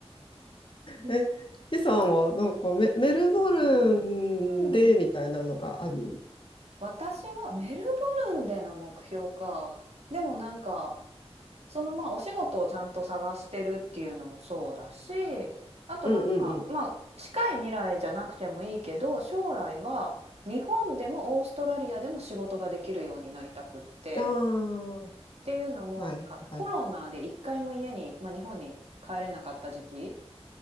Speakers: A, on the right; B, on the left.
A: ね。
B: え、
A: う。ね
B: ヒさんはなんかメ、メルボルンでみたいなのがある
A: うん。私はメルボルンでの目標か。でもなんか、そのまあお仕事をちゃんと探してるっていうのもそうだし、あとなんか、
B: うんうん
A: まあ近い未来じゃなくてもいいけど、将来は日本でもオーストラリアでも仕事ができるようになりたくって。
B: うん。あ
A: っていうのも、
B: あ、はい、
A: なんかコロナで一回も家に、
B: はい。
A: まあ、日本に帰れなかった時期